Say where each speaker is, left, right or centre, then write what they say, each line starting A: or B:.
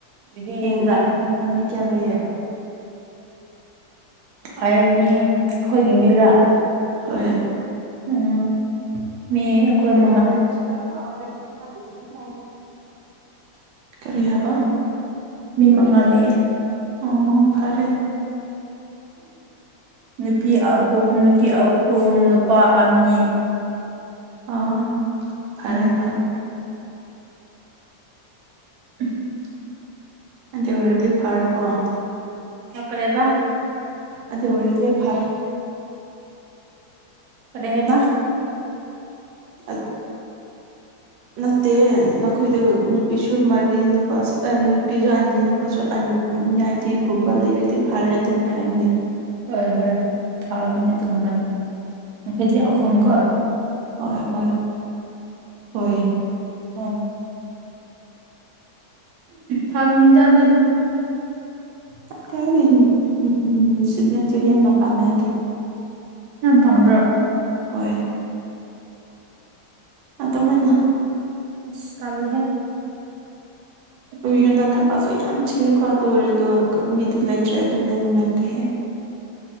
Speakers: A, on the right; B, on the right.
A: ꯚꯤꯗꯤꯑꯣ ꯌꯦꯡꯕ꯭ꯔꯥ
B: ꯑꯦ ꯅꯪ ꯅ ꯃꯤ ꯀ꯭ꯌꯥ ꯂꯩꯌꯦ
A: ꯑꯩ ꯃ꯭ꯌꯨ ꯈꯣꯏꯒꯤ ꯃꯤꯔ
B: ꯍꯣꯏ
A: ꯎꯝ ꯃꯤ ꯑꯈꯣꯏꯝ
B: <unintelligible> ꯀꯔꯤ ꯍꯥꯕ
A: ꯃꯤ ꯃꯉꯥ ꯂꯩꯌꯦ
B: ꯑꯣ ꯐꯔꯦ
A: ꯅꯨꯄꯤ ꯑꯍꯨ ꯅꯨꯄꯤ ꯑꯍꯨꯝ ꯅꯨꯄꯥ ꯑꯅꯤ
B: ꯑ ꯐꯔꯦ
A: ꯎꯝ
B: ꯐꯔꯦ
A: <inaudible>
B: ꯑꯗꯨ ꯑꯣꯢꯔꯗꯤ ꯐꯔꯦꯀꯣ
A: ꯅꯛꯀꯔꯦꯕ
B: ꯑꯗꯨ ꯑꯣꯏꯔꯗꯤ ꯐꯔꯦ
A: ꯀꯔꯤ ꯍꯥꯏꯕ
B: ꯑꯠ ꯅꯠꯇꯦ ꯅꯈꯣꯏꯗꯨ ꯅꯨꯄꯤꯁꯨ ꯃꯔꯤ ꯅꯨꯄꯥꯁꯨ ꯑꯦ ꯅꯨ ꯄꯤꯖꯨ ꯑꯅꯤ ꯅꯨꯄꯥꯁꯨ ꯑꯟ ꯅꯦ ꯑꯩꯗꯤ ꯀꯨꯝꯕ ꯂꯩꯔꯗꯤ ꯐꯔꯦ ꯑꯗꯨꯃꯥꯏ ꯍꯥꯏꯝꯅꯦ
A: ꯍꯣꯏ ꯍꯣꯏ ꯐꯕꯅꯦ ꯑꯗꯨꯒꯨꯝꯕꯟ ꯅꯈꯣꯏꯗꯤ ꯑꯍꯨꯝ ꯀꯣ
B: ꯍꯣꯏ ꯍꯣꯏ ꯍꯣꯏ
A: ꯑꯣꯝ ꯐꯕꯅꯤꯗ ꯑꯗꯨꯁꯨ
B: ꯅꯠꯇꯦ ꯍꯥꯏꯗꯤ ꯅꯨꯡꯁꯤꯠꯅꯖꯨ ꯍꯦꯟꯅ ꯄꯝꯃꯦ ꯍꯥꯗꯤ
A: ꯅꯪ ꯄꯝꯕ꯭ꯔꯣ
B: ꯍꯣꯏ ꯑꯗꯨꯃꯥꯏꯅ
A: ꯑꯁ ꯇꯜꯂꯤꯍꯦ
B: ꯎꯏ ꯌꯨꯝꯗ ꯊꯕꯛꯁꯨ ꯌꯥꯝ ꯆꯤꯜꯂꯦꯀꯣ ꯑꯗꯨ ꯑꯣꯏꯔꯦꯗꯣ ꯀ ꯃꯤꯗꯨ ꯂꯩꯇ꯭ꯔꯦ ꯑꯗꯨꯅꯦ ꯅꯨꯡꯉꯥꯏꯇꯦꯍꯦ
A: <inaudible>